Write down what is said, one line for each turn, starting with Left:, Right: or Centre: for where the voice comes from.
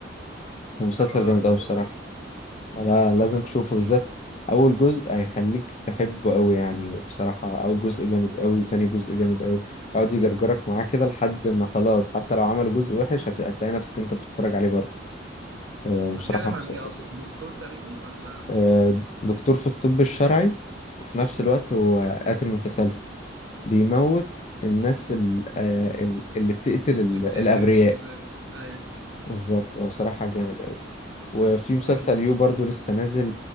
Left: مسلسل
Right: أبقى
Left: جامد
Right: بفكر
Left: أوي بصراحة لا
Right: بفكر
Left: لازم تشوفه
Right: أبقاش
Left: بالذات أول جزء هيخليك تحبه أوي يعني بصراحة أول جزء جامد أوي وتاني جزء جامد أوي يقعد يجرجرك معاه كده لحد ما خلاص حتى لو عملوا جزء وحش هت- هتلاقي نفسك أنت بتتفرج عليه برضه آه،
Right: بتكلم
Left: بصراحة مسلسل
Right: عن إيه أصلا
Left: جامد.
Right: دكتور تقريبا ولا
Left: آه،
Right: محقق
Left: دكتور في الطب الشرعي وفي نفس الوقت هو قاتل متسلسل بيموت الناس ال- آه، ال- اللي بتقتل ال-
Right: اللي بتقتل
Left: الأبرياء
Right: ال... أيوة
Left: بالظبط هو بصراحة جامد أوي وفي مسلسل
Right: فهمت
Left: يو برضو لسه نازل